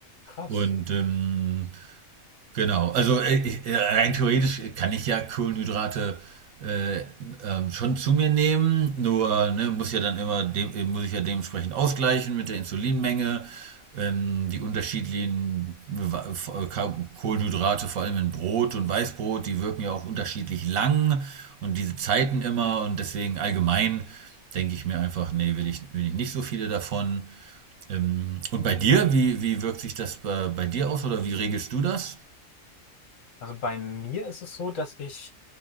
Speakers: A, on the left; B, on the right.
A: krass.
B: Und ähm, genau, also äh, ich, äh, rein theoretisch kann ich ja Kohlenhydrate äh, ähm, schon zu mir nehmen, nur ne, muss ja dann immer dem, äh, muss ich ja dementsprechend ausgleichen mit der Insulinmenge, ähm, die unterschiedlichen Wa- F- äh, Ka- Kohlenhydrate, vor allem in Brot und Weißbrot, die wirken ja auch unterschiedlich lang und diese Zeiten immer und deswegen allgemein denke ich mir einfach, nee, will ich, will ich nicht so viele davon. Ähm, und bei dir, wie, wie wirkt sich das bei, bei dir aus oder wie regelst du das?
A: Also bei mir ist es so, dass ich